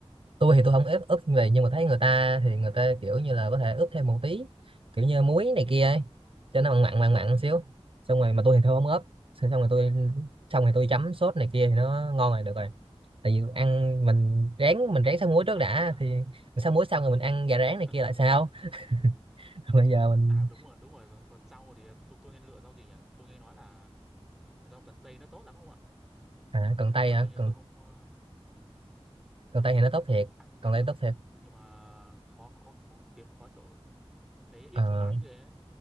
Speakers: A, on the right; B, in the centre.
A: tôi thì tôi không ép ướp như vậy nhưng mà thấy người ta thì người ta kiểu như là có thể ướp thêm một tí kiểu như muối này kia ấy cho nó mặn mặn mặn mặn xíu xong rồi mà tôi thì thôi không ướp xong rồi tôi xong rồi tôi chấm sốt này kia thì nó ngon rồi được rồi tại vì ăn mình rán mình rán xá muối trước
B: À
A: đã thì mình xá muối xong rồi mình ăn gà rán này
B: <laughs>
A: kia lại sao <laughs> còn bây giờ mình
B: à đúng rồi đúng rồi còn, rau thì tôi tôi nên lựa rau gì nhỉ tôi nghe nói là rau cần tây nó tốt lắm không ạ
A: à, cần
B: nhưng
A: tây
B: mà
A: hả
B: kiểu như là
A: cần
B: tôi không ờ, ừm,
A: cần tây thì nó tốt thiệt
B: ăn
A: cần
B: dạo
A: đây tốt thiệt
B: nhưng mà khó khó khó kiếm khó chỗ thấy ít
A: Ờ,
B: chỗ bán ghê ấy